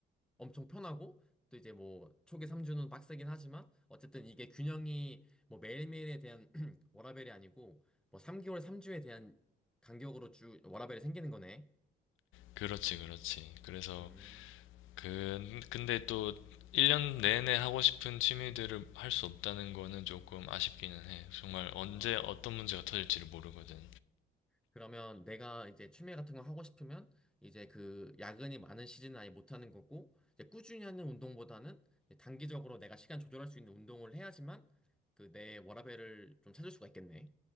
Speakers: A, in the centre; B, on the left.
A: 엄청 편하고 또 이제 뭐 초기 3주는 빡세긴 하지만 어쨌든 이게 균형이 뭐 매일매일에 대한 <clears throat> 워라밸이 아니고 뭐 3개월 3주에 대한 간격으로 주 워라밸이 생기는 거네.
B: 그렇지, 그렇지. 그래서,
A: 음,
B: 그, 근데 또, 1년 내내 하고 싶은 취미들을 할 수 없다는 거는 조금 아쉽기는 해. 정말 언제
A: 아.
B: 어떤 문제가 터질지를 모르거든.
A: 그러면 내가 이제 취미 같은 거 하고 싶으면 이제 그 야근이 많은 시즌은 아예 못 하는 거고 이제 꾸준히 하는 운동보다는 이제 단기적으로 내가 시간 조절할 수 있는 운동을 해야지만 그 내 워라밸을 좀 찾을 수가 있겠네.